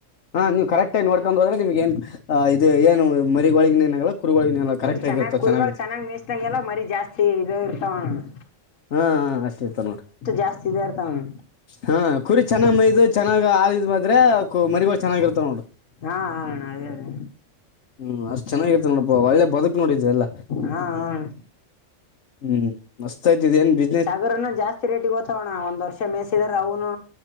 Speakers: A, on the left; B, on the left.
A: ಹಾ ನೀವು ಕರೆಕ್ಟಾಗ ನೋಡ್ಕೊಂಡು ಹೋದ್ರೆ ನಿಮ್ಗ ಏನ್ ಅಹ ಇದು ಏನು ಮರಿಗೊಳಗಿನ ಏನಾಗಲ್ಲ ಕುರಿಗಳಿಗಿನ ಏನಾಗಲ್ಲ ಕರೆಕ್ಟ್
B: ಒಟ್ ಚೆನ್ನಾಗ್
A: ಆಗಿರ್ತಾವ
B: ಕುರಿಗಳು
A: ಚೆನ್ನಾಗಿರ್ತಾವ
B: ಚೆನ್ನಾಗ್ ಮೇಯಸ್ದಂಗೆಲ್ಲ ಮರಿ ಜಾಸ್ತಿ ಇದ ಇರ್ತಾವಣಣಾ
A: ಹೂಂ ಅಷ್ಟ ಇರ್ತಾವ್ ನೋಡ
B: ಜಾಸ್ತಿ ಇದ ಇರ್ತಾವಣ್ಣ
A: ಹಾ ಕುರಿ ಚೆನ್ನಾಗ್ ಮೈದು ಚ ಚನ್ನಾಗಿ ಆಳಿದ್ <unintelligible> ಮರಿಗಳು ಚೆನ್ನಾಗಿರುತ್ತಾವ ನೋಡು
B: ಹಾ ಹಾ ಅಣಾ ಅದೇ ಅದೇ.
A: ಹ್ಮ್ ಅಷ್ಟ್ ಚೆನ್ನಾಗಿರ್ತವ ನೋಡಪಾ ಒಳ್ಳೆ ಬದುಕ್ ನೋಡಿದ ಎಲ್ಲ.
B: ಹಾ ಅಣ್ಣ
A: ಹ್ಮ್ ಮಸ್ತ್ ಐತಿದ್ ಏನ್ ಬಿ
B: ಟಗರನ ಜಾಸ್ತಿ ರೇಟಿಗೆ ಓತ್ತಾವಣಾ ಒಂದ್ ವರ್ಷ ಮೇಸಿದ್ರ ಅವ್ನು